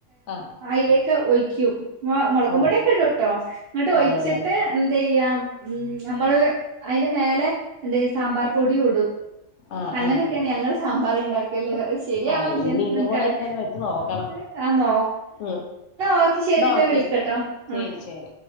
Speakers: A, on the left; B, on the right.
A: ആഹ്
B: അതിലേക്ക് ഒക്കെ ഒയ്ക്കും മുളക്പൊടിയൊക്കെ
A: ആഹ്
B: ഇടും ട്ടോ എന്നിട്ട് ഒഴിച്ചിട്ട്
A: അതെല്ലേ
B: എന്ത ചെയ്യ ഉ നമ്മള് അ അതിന്റെ മേലെ സാമ്പാർ പൊടിയുമിടുംഅങ്ങനെയൊക്കെയാണ്
A: ആഹ് ആഹ്
B: ഞങ്ങൾ സാമ്പാർണ്ടാക്ക ല്ലേ ശരിയാണോ
A: ആഹ്
B: ഇല്ലേ
A: ഇനി ഇതുപോലെയൊക്കെ
B: എനിക്കാറില്ല
A: ഒന്ന് വെച്ച് നോക്കണം
B: നോ
A: ഉം
B: ഒകെ ശരി ശരിട്ടാ
A: എന്നാ ഓക്കെ
B: വിളിക്കാട്ടാ
A: ശരി
B: ആ
A: ശരി